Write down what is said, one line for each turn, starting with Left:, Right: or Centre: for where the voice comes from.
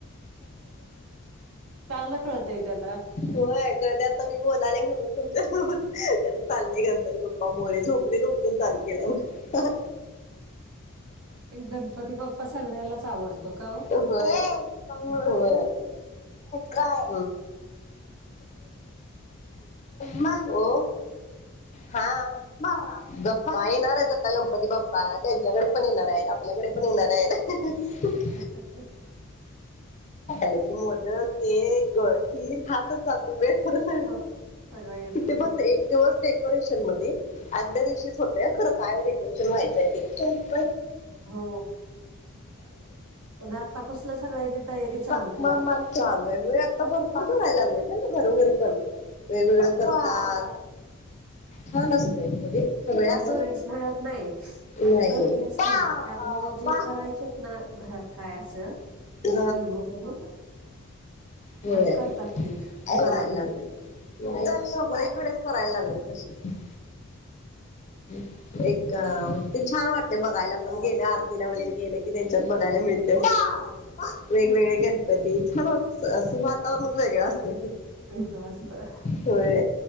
Right: चांगलं कळतंय त्याला
Left: होयते आता मी बोले म्हणून तुमच्या त्या चालले गणपती बाप्पा मोरे झोपले नव्हते चालू केल्या मग
Right: एक गणपती बाप्पा सगळ्यालाच आवडतो का हो
Left: हो काय म् हो हा बाप्पा येणार आहेत आता गणपती बाप्पा त्यांच्याकडे पण येणार आहेत आपल्याकडे पण येणार आहेत <inaudible>
Right: <inaudible>
Left: ल क मोदक ते खीर हात जाते वेळ
Right: हो सगळं येतात
Left: तिथे बस
Right: जाते
Left: एक दिवस डे डेकोरेशन मध्ये आदल्या दिवशीच होतय खरं काय डेकोरेशन व्हायचं आहे ते
Right: हो पण आतापासलं सगळ्यांनी तयारी चालू
Left: त मग
Right: केली.
Left: <inaudible> चालूय म्ह आता भरपूर करायला लागले ते ना घरोघरी पण वेगवेगळ
Right: हो
Left: करतात छान असतय म्हणजे सगळ्या
Right: अंडिपेंडनस
Left: असं
Right: मिळत नाही
Left: नाही.
Right: आणि गर्दी असली
Left: पापा
Right: त्यामुळं जे करायचे ना घरात काय असं
Left: हा
Right: हि मग
Left: होय
Right: तर करतात ते घरी
Left: करायला
Right: थीम
Left: लागले सर इकडेच करायला लागले तसे <inaudible> एक ते छान वाटते बघायला पण गेलं आरतीला वगैरे गेलं की त्यांच्यात बघायला मिळते वेगवेगळे
Right: खूप
Left: गणपती छान अस वातावरणच वेगळ असते
Right: वेगळं असतं.
Left: होय